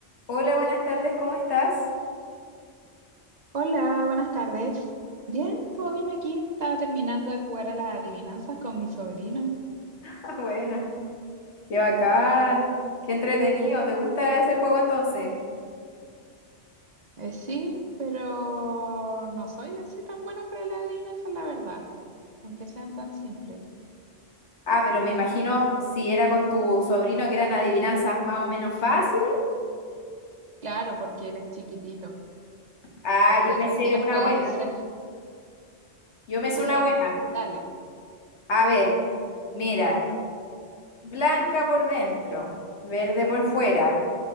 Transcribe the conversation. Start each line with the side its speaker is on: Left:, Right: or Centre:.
Left: Hola, buenas tardes, ¿cómo estás? <laughs>
Right: Hola, buenas tardes. Bien, todo bien aquí. Estaba terminando de jugar a las adivinanzas con mi sobrino.
Left: Ah, buena, qué bacán, qué entretenido, ¿te gusta ese juego entonces?
Right: Eh, sí, pero no soy así tan buena para las adivinanzas, la verdad, aunque sean tan simples.
Left: Ah, pero me imagino si era con tu sobrino que eran adivinanzas más o menos fáciles.
Right: Claro, porque él es chiquitito,
Left: Ah,
Right: entonces
Left: yo me sé
Right: así las
Left: una
Right: <laughs> podía
Left: buena,
Right: hacer.
Left: yo me sé
Right: A
Left: una
Right: ver,
Left: buena.
Right: dale.
Left: A ver, mira, blanca por dentro, verde por fuera.